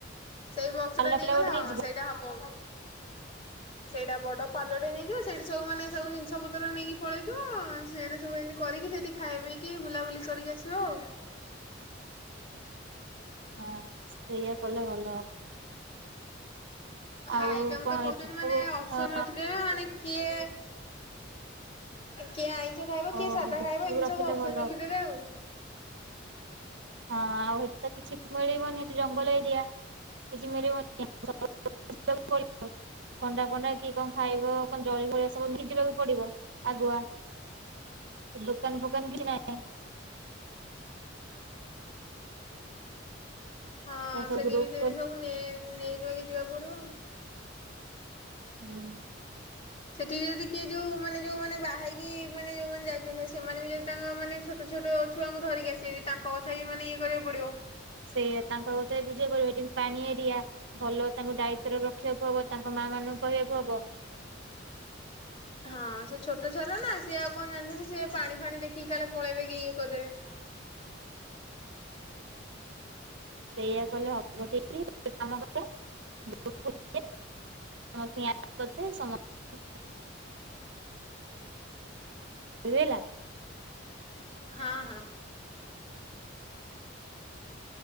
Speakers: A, on the left; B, on the right.
A: ସେଇ ବକ୍ସ
B: ପାଲ
A: ଟା ନେଇଗଲା
B: ଫାଲ ଗୋଟେ
A: ହଁ
B: ନେଇଯିବା
A: ସେଇଟା ହବ। ସେଇଟା ବଡ ପାଲ ଟେ ନେଇଯିବ ସେଇଠି ସବୁମାନେେ ସବୁ ଜିନିଷ ପତ୍ର ନେଇକି ପଳେଇଥିବ ସେରା ସବୁ ଏମିତି କରିକି ସେଠି ଖାଇ ପିଇକି ବୁଲାବୁଲି କରିକି ଆସିବ ଆଉ।
B: ହଁ ସେଇଆ କଲେ ଭଲ। ଆଉ
A: ଆଇଟାମ
B: କଣ
A: ତ କହୁଛନ୍ତି
B: ଏଠି ସବୁ
A: ମାନେ ଅପସନ
B: ଅ
A: ରଖିଦେବେ ମାନେ କିଏ? କିଏ ଆଇଁଷ ଖାଇବ, କିଏ
B: ଅ
A: ସାଧା
B: ଗୁପଚୁପ
A: ଖାଇବ ଏମିତି
B: ରଖିଲେ
A: ସବୁ ଅପସନ
B: ଭଲ
A: ରଖିଦେବେ
B: ହବ।
A: ଆଉ।
B: ହଁ ଆଉ ସେଠି ତ କିଛି ମିଳିବନି ସେଠି ଜଙ୍ଗଲ ଏରିଆ। <unintelligible> ଥଣ୍ଡା ଫଣ୍ଡା କି କଣ ଖାଇବ କଣ ଜଳି ଭଳିଆ ସବୁ ନେଇଜିବାକୁ ପଡିବ ଆଗୁଆ? ଦୁକାନ ଫୁୋକାନ କିଛି ନାଇଁ।
A: ହଁ
B: ଏ ସବୁ
A: ସେଠି
B: ଗ୍ରୁପ
A: ବି ସେ
B: ଖୋଲି
A: ସବୁ ନେ ନେଇନକି ଯିବାକୁ ପଡିବ।
B: ହୁଁ।
A: ସେଠି ବି ଯଦି କିଏ ଯୋଉ ମାନେ ଯୋଉ ମାନେ ବାହାହେଇକି ମାନେ ଯୋଉମାନେ ଯାଇଛନ୍ତି, ସେମାନେ ବି ଯଦି ତାଙ୍କ ମାନେ ଛୋଟ ଛୋଟ ଛୁଆଙ୍କୁ ଧରିକି ଆସିବେ ତାଙ୍କ କଥା ବି ମାନେ ଇଏ କରିବାକୁ ପଡ଼ିବ।
B: ସେୟା ତାଙ୍କ କଥା ବୁଝିଆକୁ ପରିବ ଏଠି ପାନି ଏରିଆ। ଭଲ ତାଙ୍କୁ ଦାୟିତ୍ଵରେ ରଖିବାକୁ ହବ ତାଙ୍କ ମା ମାନଙ୍କୁ କହିବାକୁ ହବ।
A: ହଁ ସେ ଛୋଟ ଛୁଆଟା ନା ସିଏ ଆଉ କଣ ଜାଣିଛନ୍ତି ସିଏ ପାଣି ଫାଣି ଦେଖିକି କାଳେ ପଳେଇବେ କି ଇଏ କରିଦେବେ।
B: ସେଇଆ କଲେ ହେବ ଠିକ କାମ କର। <inaudible> ସମସ୍ତେ ୟ କରିଥା ସମସ୍ତେ <inaudible> ହେଲା।
A: ହଁ ହଁ।